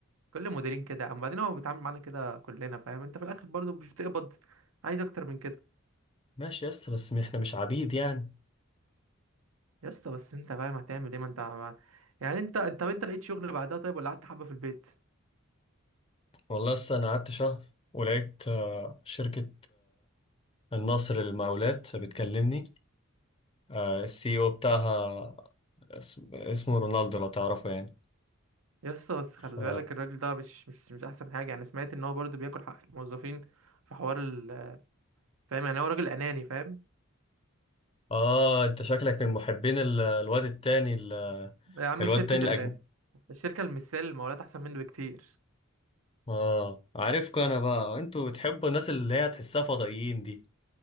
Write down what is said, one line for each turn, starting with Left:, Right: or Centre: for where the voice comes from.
Right: كل مديرين كده اما بعدين هو بيتعامل معانا كده كلنا فاهم انت في الاخر برضو مش بتقبض عايز اكتر من كده
Left: ماشي يس بس احنا مش عبيد يعني
Right: يا اسطى بس انت فاهم هتعمل ايه ما انت ما... يعني انت انت انت لقيت شغل بعدها طيب ولا قعدت حبه في البيت
Left: والله يس انا قعدت شهر ولقيت آه، شركة النصر المقاولات بتكلمني آه السي او بتاعها اسم- اسمه رونالدو لو تعرفه يعني
Right: يا اسطى بس خلي
Left: ف...
Right: بالك الراجل ده مش مش مش احسن حاجه يعني سمعت ان هو برضه بياكل حق الموظفين في حوار ال فاهم يعني هو راجل اناني فاهم
Left: اه انت شكلك من محبين ال- الواد التاني ال-
Right: يا عم
Left: الواد
Right: شركه
Left: التاني الاجنبي
Right: ال... الشركه المثال المقاولات احسن منه بكتير
Left: اه عارفكم انا بقى انتوا بتحبوا الناس اللي هي تحسها فضائيين دي